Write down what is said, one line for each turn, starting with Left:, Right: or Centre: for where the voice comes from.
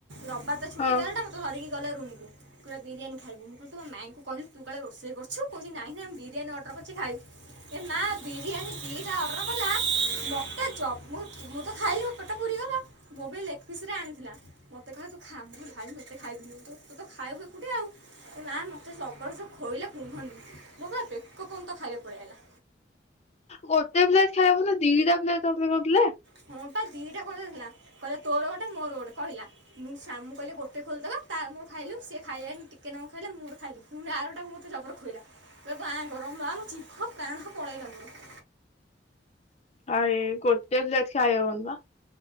Right: ରବିବାର ତ ଛୁଟି
Left: ହଁ।
Right: ବାଲାଟା ମତେ ଧରିକି ଗଲେ ରୁମକୁ ଶୁଖୁଆ ବିରିୟାନୀ ଖାଇବୁ ମୁଁ କହିଲି ତମ ମାଇଁକୁ କହିବି ତୁ କାଳେ ରୋଷେଇ କରିଛୁ କୋହୁଛି ନାଇଁ ନାଇଁ ବିରିୟାନୀ ଅର୍ଡର କରିଛି ଖାଇବୁ। ଏ ମା ବିରିୟାନୀ ଦିଟା ଅର୍ଡର କଲା ମତେ ଜ ମୁ ମୁ ତ ଖାଇନି କଟ ପୁରୀଗଲା ମୋ ବି ଲେଗ୍ ପିସ ରେ ଆଣିଥିଲା। ମତେ କହେ ତୁ ଖା ଭାଇ ମତେ ଖାଇଦିନି ତୁ ତ ଖାଇ ହୁ କୋଠେ ଆଉ। ନା ମତେ ସବର୍ଷ ଖୋଇଲେ କୁହନ୍ତି, ମୋର ପୁରା ବେକ ପର୍ଯ୍ୟନ୍ତ ଖାଇବା ପଳେଇ ଆସଲା।
Left: ଗୋଟେ ପ୍ଲେଟ୍ ଖାଇବ ନା ଦିଟା ପ୍ଲେଟ୍ ଖାଇବନା ଦିଟା ପ୍ଲେଟ୍ ଅଡର୍ କରିଦେଲେ।
Right: ହଁ ପା ଦିଟା କରିଦେଇଥିଲା କହିଲା ତୋର ଗୋଟେ ମୋର ଗୋଟେ କହିଲା। ମୁଁ ସା ମୁଁ କହିଲି ଗୋଟେ ଖୋଲିଦବା ତାର ମୁଁ ଖାଇଲୁ ସେ ଖାଇଲାନି ଟିକେ ନାକୁ ଖାଇଲା, ମୁଁ ମୋର ଖାଇଲୁ। ନାଳୁଟାକୁ ମୋତେ ଜବର ଖୋଇଲା, କହିଲା ତୁ ଆଁ ମା ଜିଭ ପ୍ରାଣ ପଳେଇଲା ମୋର।
Left: ଆଏ ଗୋଟେ ପ୍ଲେଟ୍ ଖାଇ ହବ ନା?